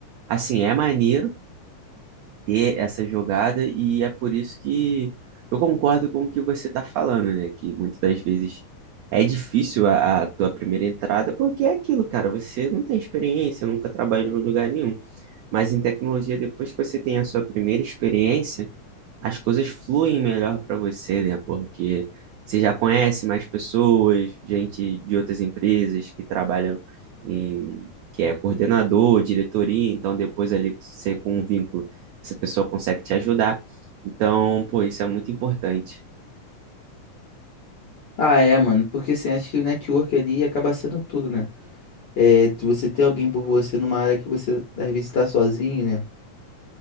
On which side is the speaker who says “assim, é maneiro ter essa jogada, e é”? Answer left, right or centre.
Right